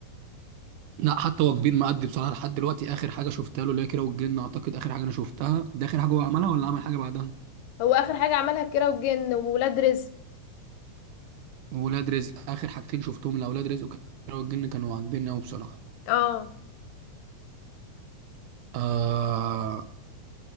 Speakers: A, on the right; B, on the left.
A: لا حتى هو كبير مأدي بصراحة لحد دلوقتي اخر حاجة شفتها له اللي هي كيرة والجن اعتقد اخر حاجة انا شفتها ده اخر حاجة هو عملها ولا عمل حاجة بعدها
B: هو اخر حاجه عملها كيرة والجن وولاد رزق
A: وولاد رزق اخر حاجتين شفتهم لاولاد رزق وكيرة والجن كانوا عاجبيني قوي بصراحة
B: اه
A: آه...